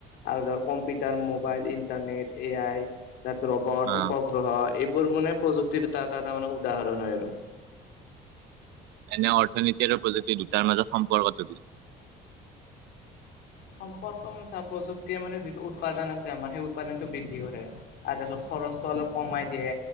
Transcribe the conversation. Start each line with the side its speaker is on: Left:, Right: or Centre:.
Left: আৰু ধৰ computer, mobile, internet, A I তাত ৰবট,
Right: অ',
Left: উপগ্ৰহ এইবোৰ মানে প্ৰযুক্তিৰ এটা এটা তাৰ মানে উদাহৰণ হয় আৰু।
Right: এনে অৰ্থনীতি আৰু প্ৰযুক্তি দুটাৰ মাজত সম্পৰ্কটো কি?
Left: সম্পৰ্ক মানে চা, প্ৰযুক্তিয়ে মানে যিটো উৎপাদন আছে আমাৰ, সেই উৎপাদনতটো বৃদ্ধি কৰে। আৰু খৰচটো অলপ কমাই দিয়ে,